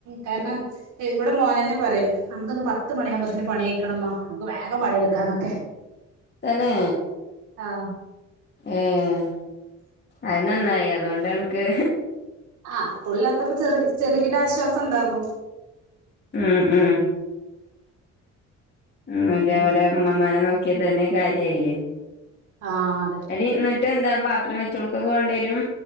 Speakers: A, on the right; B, on the left.
A: കാരണം ഇവിടെ മോനന്നെ പറയും നമുക്കിന്ന് പത്ത് മണിയാകുമ്പോത്തിനും പണി കയ്ക്കണുമ്മ നമുക്ക് വേഗം പണിയെട്ക്കാന്നൊക്കെ
B: തന്നെ
A: ആഹ്
B: ഏഹ് അത് നന്നായി അതുകൊണ്ടണക്ക്
A: ആഹ് സ്കൂളില്ലാത്തപ്പോ ചെറ ചെറുകിട ആശ്വാസം ഉണ്ടാകും
B: ഉം ഉം ഒന്നൂല്ലേ
A: പിന്നെ
B: അവന്റെ അമ്മമേനെ നോക്കിയാ തന്നെ കാര്യായില്ലേ
A: ആഹ് അതെ
B: ടി എന്നിട്ട് എന്താ പാത്രം വെച്ചൊടുക്കൊക്കെ വേണ്ടേരും